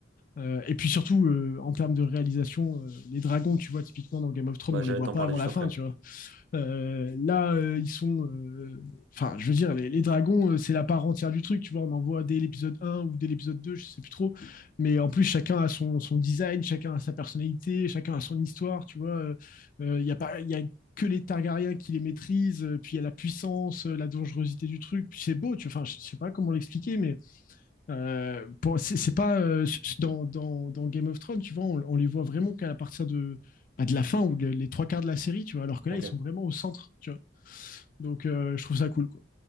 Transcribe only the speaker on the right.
bah
j'allais
t'en
parler
juste
après.
Ok.